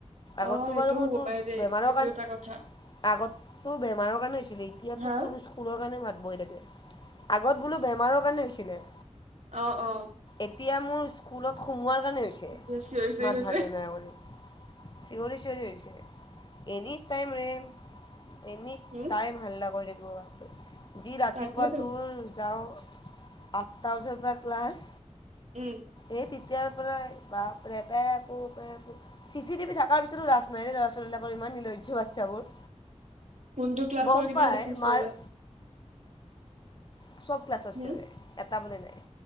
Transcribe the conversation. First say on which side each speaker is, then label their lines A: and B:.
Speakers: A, on the left; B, on the right.
A: আগততো
B: অ সেইটোও
A: বাৰু মোৰ
B: হ'ব
A: তোৰ
B: পাৰে দেই
A: বেমাৰৰ
B: সেইটো
A: কাৰণে
B: এটা কথা
A: আগততো বেমাৰৰ কাৰণে হৈছিলে। এতিয়াতো
B: হা
A: তোৰ স্কু পুৰৰ কাৰণে মাত বহি থাকে, আগত বোলো বেমাৰৰ কাৰণে হৈছিলে।
B: অ', অ',।
A: এতিয়া মোৰ স্কুলত সোমোৱাৰ কাৰণে হৈছে
B: এতিয়া চিঞৰি চিঞৰি
A: মাত
B: হৈছে
A: ভাঙে না কৰি চিঞৰি চিঞৰি হৈছে। এনি টাইম ৰেম এনি
B: উম
A: টাইম হাল্লা কৰি থাকিব, যি ৰাতিপুৱা
B: তাকেতো
A: তোৰ যাওঁ। আঠটা বজাৰ পৰা ক্লাছ
B: উম।
A: এই তেতিয়াৰ পৰাই বাপৰে এটাই পো পে পো চি চি টিভি থকাৰ পিছতো লাজ নাই দেই ল'ৰা ছোৱালীবিলাকৰ ইমান নিলজ্য বাচ্ছাবোৰ
B: কোনটো ক্লাছৰ
A: গম
B: কেইটাই
A: পাই
B: বেছি চিঞৰে
A: মাৰ চব ক্লাছৰ চিঞৰে,
B: হম
A: এটা বুলি নাই